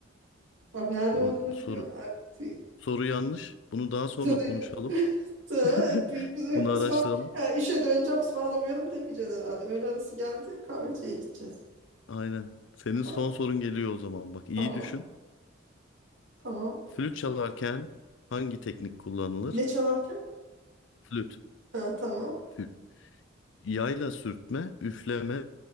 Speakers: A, on the right; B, on the left.
A: Bak nerede
B: Bu,
A: olduğunu
B: bu soru
A: biliyorsun Arktik.
B: soru yanlış. Bunu daha sonra
A: Sadece
B: konuşalım.
A: <laughs> Sonra
B: <laughs>
A: bir, bir
B: Bunu araştıralım.
A: ısmar, ha, işe döneceğim ısmarlamıyorum demeyeceksin herhalde. Öğle arası geldi kahveciye gideceğiz.
B: Aynen. Senin
A: Ta-
B: son sorun geliyor o zaman. Bak iyi
A: Tamam
B: düşün.
A: tamam.
B: Flüt çalarken hangi teknik kullanılır?
A: Ne çalarken?
B: Flüt.
A: Ha, tamam.
B: Flüt. Yayla sürtme, üfleme,